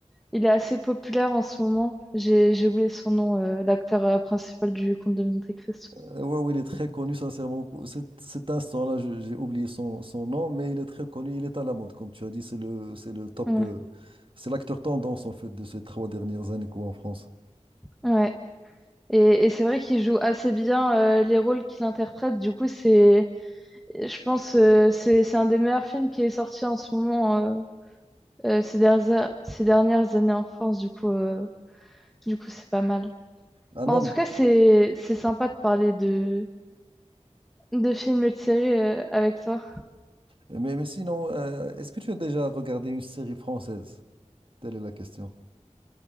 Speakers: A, in the centre; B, on the right.
A: il est assez populaire en ce moment. J'ai, j'ai oublié son nom, euh, l'acteur euh, principal du Conte de Monte Cristo.
B: Euh, ouais, oui, il est très connu, sincèrement. Pour cet, cet instant-là, je- j'ai oublié son, son nom, mais il est très connu, il est à la mode, comme tu as dit, c'est le, c'est le top,
A: Mm.
B: euh, c'est l'acteur tendance, en fait, de ces trois dernières années, quoi, en France.
A: Ouais. Et, et c'est vrai qu'il joue assez bien euh, les rôles qu'il interprète. Du coup, c'est Je pense euh, c'est c'est un des meilleurs films qui est sorti en ce moment euh, euh, ces dernières ces dernières années en France du coup euh, du coup c'est pas mal.
B: Ah non,
A: Bon, en
B: non.
A: tout cas c'est c'est sympa de parler de de films et de séries euh, avec toi.
B: Mais, mais sinon, euh, est-ce que tu as déjà regardé une série française? Telle est la question.